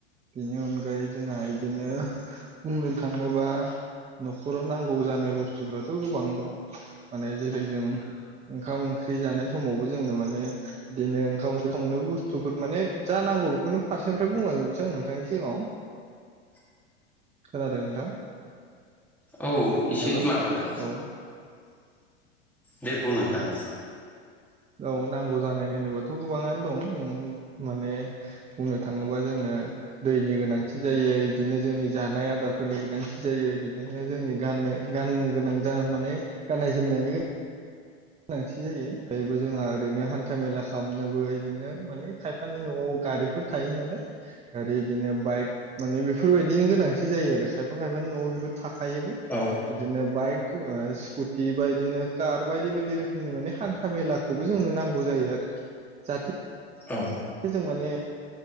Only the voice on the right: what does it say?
बेनि अनगायै जोंहा इदिनो बुंनो थाङोबा न'खराव नांगौ जानाय बुस्थुफ्राथ' गोबां दं माने जेरै जों ओंखाम ओंख्रि जानाय स समावबो जोंनो माने बिदिनो ओंखाम ओंख्रि संनो बुस्थुफोर माने जा नांगौ बेखौनो फारसेनिफ्राय बुंलां जोबसै आं नोंथांनि सिगाङाव।
खोनादों नोंथां?
हेल'
औ
औ नांगौ जानाय होनोबाथ' गोबाङानो दं नों माने बुंनो थाङोबा जोंनो दैनि गोनांथि जायो इदिनो जोंनि जानाय आदारफोरनि गोनांथि जायो बिदिनो जोंनि गाननो गाननो गोनां जा माने गाननाय जोमनायनि गोनांथि जायो मायबो जोंहा ओरैनो हान्था मेला खालामनोबो इदिनो माने खायफानि न'आव गारिफोर थायो नालाय आरो बिदिनो बाइक माने बेफोरबायदिनि गोनांथि जायो आरो खायफा खायफा न' बेफोर थाखायोबो
बिदिनो बाइक
ओ स्कुटि बा बिदिनो कार बाय बायदि बायदि रोखोमनि माने हान्था मेलाखौबो जोंनो नांगौ जायो आरो जाहाथे
जों माने